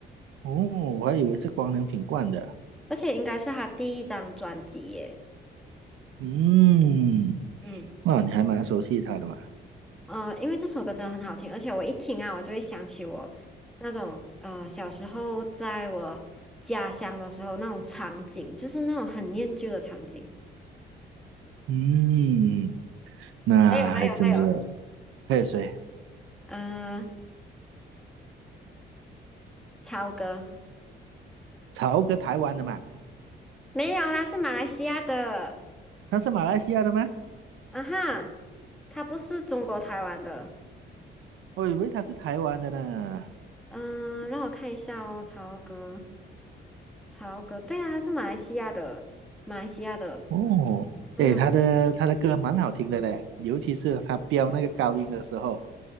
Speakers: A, on the right; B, in the centre.
A: 哦，我还以为是光良品冠的，
B: 而且应该是他第一张专辑耶，
A: 嗯，
B: 嗯，
A: 哇，你还蛮熟悉他的嘛，
B: 呃，因为这首歌真的很好听，而且我一听啊，我就会想起我那种呃小时候在我家乡的时候那种场景，就是那种很念旧的场景。
A: 嗯，那还真的，
B: 还有还有还有，
A: 还有谁？
B: 呃，超哥
A: 曹格台湾的嘛，
B: 没有啦，是马来西亚的。
A: 他是马来西亚的吗？
B: 啊哈，他不是中国台湾的。
A: 我以为他是台湾的呢。
B: 嗯，让我看一下哦，曹格，曹格，对啊，他是马来西亚的，马来西亚的。
A: 哦，
B: 嗯，
A: 诶，他的他的歌蛮好听的嘞，尤其是他飙那个高音的时候，